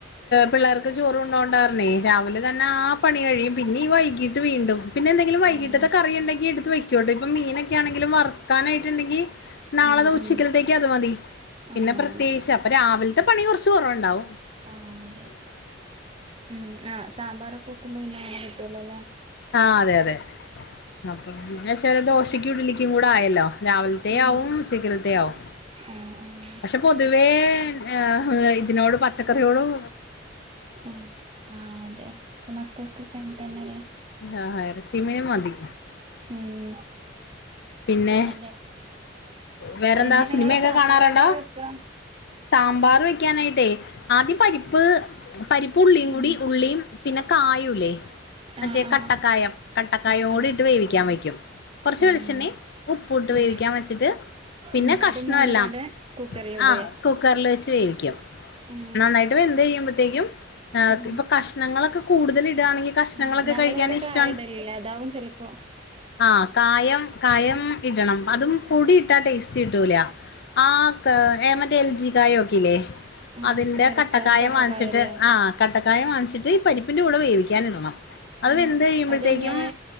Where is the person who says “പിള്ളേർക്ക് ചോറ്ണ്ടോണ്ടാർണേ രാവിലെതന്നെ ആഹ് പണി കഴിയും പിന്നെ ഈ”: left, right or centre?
Left